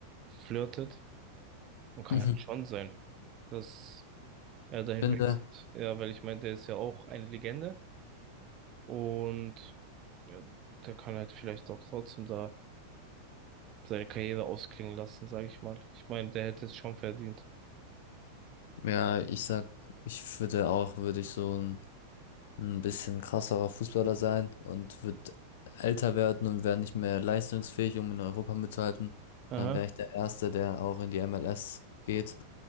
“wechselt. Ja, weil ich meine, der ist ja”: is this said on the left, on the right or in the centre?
Right